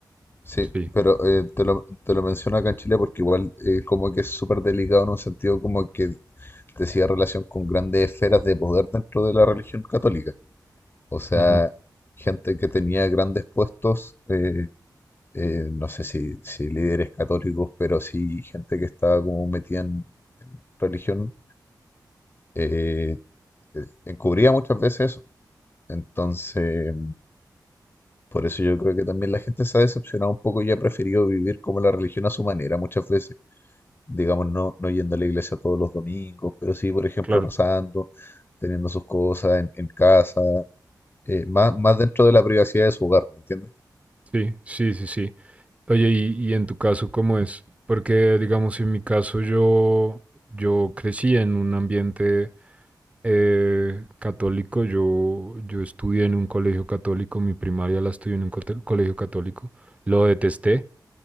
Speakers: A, on the left; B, on the right.
A: Sí,
B: Sí.
A: pero eh, te lo, te lo menciono acá en Chile porque igual eh, como que es súper delicado en un sentido como que decía relación con grandes esferas de poder dentro de la religión católica. O sea,
B: ujú,
A: gente que tenía grandes puestos, eh, eh, no sé si, si líderes católicos, pero sí gente que estaba como metida en, en religión, eh, eh, encubría muchas veces eso. Entonces, por eso yo creo que también la gente se ha decepcionado un poco y ha preferido vivir como la religión a su manera muchas veces digamos, no, no yendo a la iglesia todos los domingos, pero sí, por ejemplo,
B: Claro.
A: rezando, teniendo sus cosas en, en casa, eh, más, más dentro de la privacidad de su hogar, ¿me entiendes?
B: Sí, sí, sí, sí. Oye, y, y en tu caso, ¿cómo es? Porque, digamos, en mi caso yo, yo crecí en un ambiente eh, católico, yo, yo estudié en un colegio católico, mi primaria la estudié en un cote- colegio católico, lo detesté.